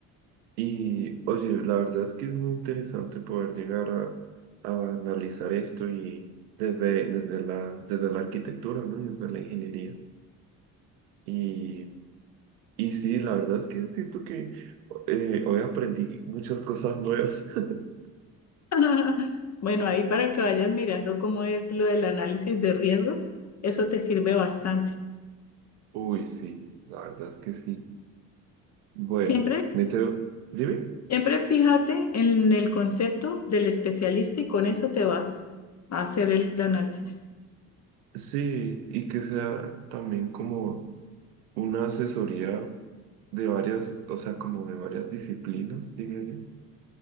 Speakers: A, on the right (about 80°); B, on the left (about 35°).
A: Y oye, la verdad es que es muy interesante poder llegar a, a analizar esto y desde, desde la, desde la arquitectura, ¿no? Y desde la ingeniería. Y, y sí, la verdad es que siento que eh, hoy aprendí muchas cosas nuevas. <laughs>
B: <laughs> Bueno, ahí para que vayas mirando cómo es lo del análisis de riesgos, eso te sirve bastante.
A: Uy, sí, la verdad es que sí. Bueno,
B: Siempre,
A: me tengo... ¿Dime?
B: siempre fíjate en el concepto del especialista y con eso te vas a hacer el análisis.
A: Sí, y que sea también como una asesoría de varias, o sea, como de varias disciplinas, diría yo.